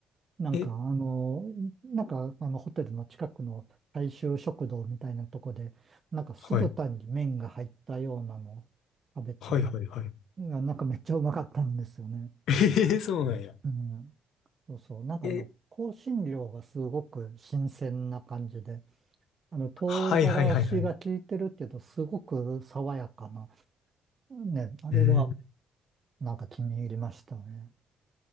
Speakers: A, on the right; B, on the left.
A: なんか、
B: え、
A: あの、なんか、あの、ホテルの近くの大衆食堂みたいなとこで、なんか酢豚に麺が入ったようなのを食べて、
B: はい。はいはいはい。
A: ななんかめっちゃうまかったんですよね。
B: えー、そうなんや。
A: うん。そうそう。なんかあの、
B: え、
A: 香辛料がすごく新鮮な感じで、あの、唐辛子が効いてるけど、
B: はいはいはいはい。
A: すごく爽やかな。ね、あれが、
B: うん。
A: なんか気に入りましたね。